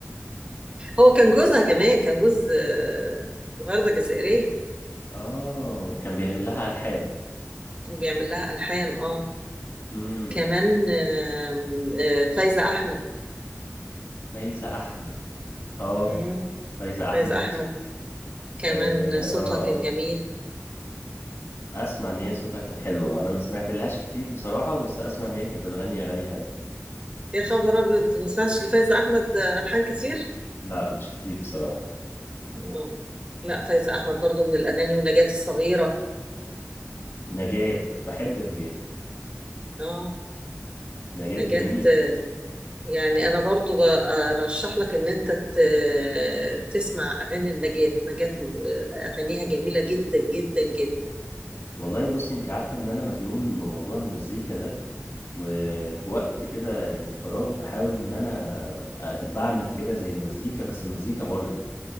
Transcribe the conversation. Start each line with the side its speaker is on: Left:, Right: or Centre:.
Right: هو كان جوزها كمان كان جوز آه، وردة جزائرية
Left: <laughs> اه وكان بيعمل لها ألحان
Right: وبيعمل لها ألحان اه
Left: امم
Right: كمان آم، آه، فايزة أحمد
Left: فايزة احمد اه
Right: مم،
Left: فايزة احمد
Right: فايزة أحمد كمان
Left: اه
Right: صوتها
Left: اه,
Right: كان
Left: آه.
Right: جميل
Left: اسمع ان هي صوتها كان حلو انا ما سمعت لهاش كتير بصراحة بس اسمع ان هي كانت بتغني اغاني حلوه
Right: يا خبر أبيض ما سمعتش لفايزة أحمد آه، ألحان كتير
Left: لا مش كتير بصراحة
Right: اه لا فايزة أحمد برضو من الأغاني ونجاة الصغيرة
Left: نجاة بحب نجاة
Right: اه
Left: نجاة
Right: نجاة
Left: جميلة
Right: آه، يعني أنا برضو برشح لك إن أنت ت- تسمع أغاني النجاة نجاة آه، أغانيها جميلة جدا جدا جدا
Left: والله بصي انت عارفة ان انا مجنون بموضوع المزيكا ده وفي وقت كده يعني الفراغ بحاول ان انا آه، بعمل كده زي مزيكا بس مزيكا غربي